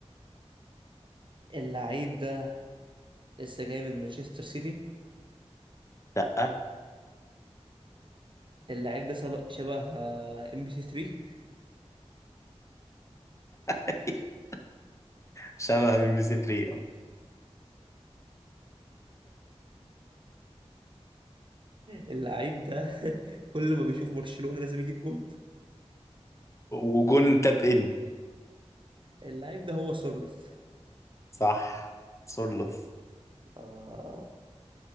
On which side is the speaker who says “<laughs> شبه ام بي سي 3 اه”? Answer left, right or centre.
Left